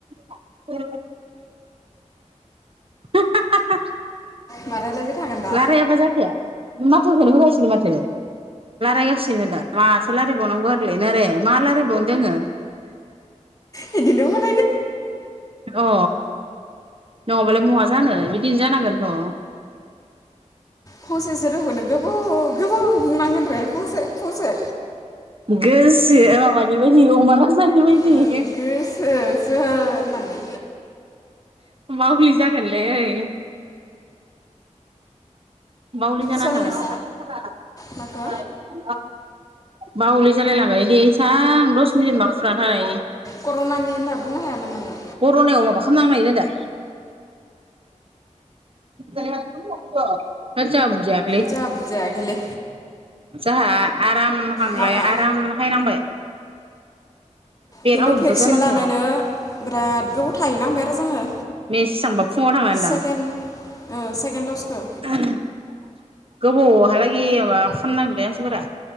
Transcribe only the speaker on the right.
ए हा हा हा हा
लारायाबा जाखाया माथोखौनो होगासिनो माथो। रायलायगासिनो दा माथो रायलायबावनांगौ आरोलैनो रे मा रायलायबावनो दोङो?
अ नङाबालाय महा जानो बिदिनो जानांगोनथ'।
गोसो माबानि बायदि अमाराजानि बायदि।
मावबोलि जागोनलै ओइ। बावलि जानानै
थागोन
बावलि जालायलाङो ऐदि सां दस मिनिट मा खुरांहै ब
कर'नायाव माबा खालामनायनो दा। होथ जोंहा बुजायाखैलै।
जाहा आराम हांलाय
आराम हाय नांबाय।
आवटबो
जाना
थाया
मेसेबांबा फुङाव थांनानै
दां
<unintelligible> गोबावहालागै माबा खालामनांदोंलै मानसिफोरा।